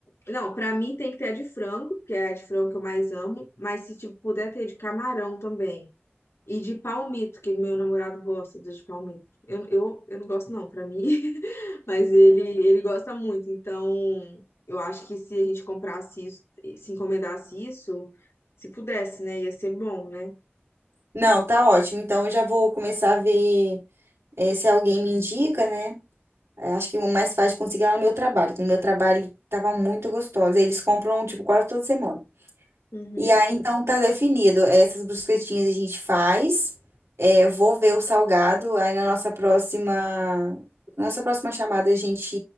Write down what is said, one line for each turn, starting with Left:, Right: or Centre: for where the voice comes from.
Left: não, pra mim tem que ter a de frango, porque é a de frango que eu mais amo, mas se tipo, puder ter de camarão também. E de palmito, que meu namorado gosta do de palmito. Eu, eu, eu não gosto não, pra mim, <laughs> mas ele, ele gosta muito. Então, eu acho que se a gente comprasse isso, se encomendasse isso, se pudesse, né, ia ser bom, né?
Right: Não, tá ótimo. Então eu já vou começar a ver é, se alguém me indica, né? É, Acho que o mais fácil de conseguir é lá no meu trabalho. que No meu trabalho tava muito gostosa. Eles compram, tipo, quase toda semana.
Left: Uhum,
Right: E aí, então, tá definido. Essas brusquetinhas a gente faz. É, eu vou ver o salgado. Aí, na nossa próxima, nossa próxima chamada, a gente,